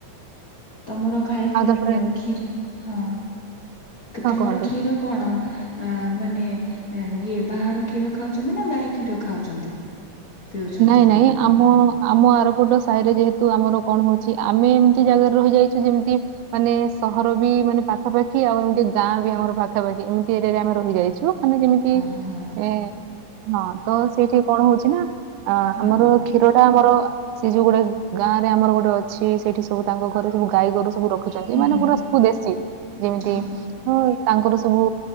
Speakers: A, on the left; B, on the right.
A: ତମର ଘାଇ
B: ଆଉ
A: ଇ-ଇ-କ୍ଷୀର
B: ତାପରେ
A: ହଁ ତ-ତମର
B: ହଁ କୁହନ୍ତୁ
A: କ୍ଷୀର କଣ ମାନେ? ଇଏ ବାହାର କ୍ଷୀର ଖାଉଚନ୍ତି ନା ଗାଈ କ୍ଷୀର ଖାଉଚନ୍ତି? ପିଉଚନ୍ତି
B: ନାଇଁ ନାଇଁ
A: ମାନେ
B: ଆମ
A: ଘରେ।
B: ଆମ ଆରପଟ ସାହି ରେ ଯେହେତୁ ଆମର କଣ ହଉଚି ଆମେ ଏମିତି ଜାଗାରେ ରହିଯାଇଚୁ ଯେମିତି ମାନେ ସହର ବି ମାନେ ପାଖାପାଖି ଆଉ ଏମିତି ଗାଁ ବି ଆମର ପାଖାପାଖି ଏମିତି ଏରିଆ ରେ ଆମେ ରହିଯାଇଚୁ। ମାନେ ଯେମିତି
A: ଓହୋ
B: ଏ ହଁ ତ ସେଇଠିକି କଣ ହଉଚି ନା ଅ
A: ହଁ
B: ଆମର କ୍ଷୀର ଟା ଆମର ସେ ଯୋଉ ଗୋଟେ ଗାଁରେ ଆମର ଗୋଟେ ଅଛି ସେଇଠି ସବୁ ତାଙ୍କ ଘରେ ସବୁ ଗାଈ ଗୋରୁ ସବୁ ର ରଖୁଛନ୍ତି
A: ହୁଁ
B: ମାନେ ପୁରା ସବୁ ଦେଶୀ। ଯେମିତି
A: ହଉ
B: ହଁ ତାଙ୍କର ସବୁ